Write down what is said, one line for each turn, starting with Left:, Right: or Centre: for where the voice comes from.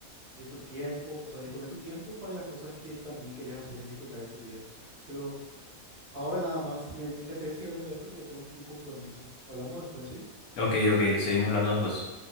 Right: de tu tiempo, o sea, disponer tu tiempo para las cosas que también quieres hacer y disfrutar de tu vida. Pero ahora nada más, me, me encantaría seguir hablando de esto, pero tengo un compromiso. Hablamos después, ¿sí?
Left: Ok, ok, seguimos hablando después.